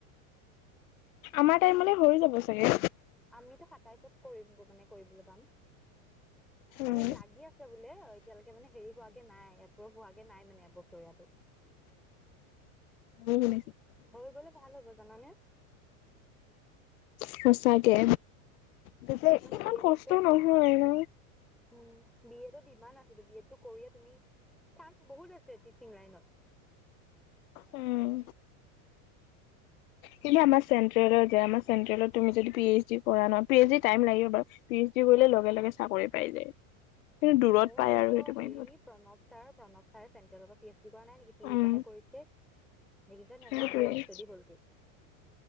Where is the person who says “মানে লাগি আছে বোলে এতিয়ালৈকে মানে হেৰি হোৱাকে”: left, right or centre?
Centre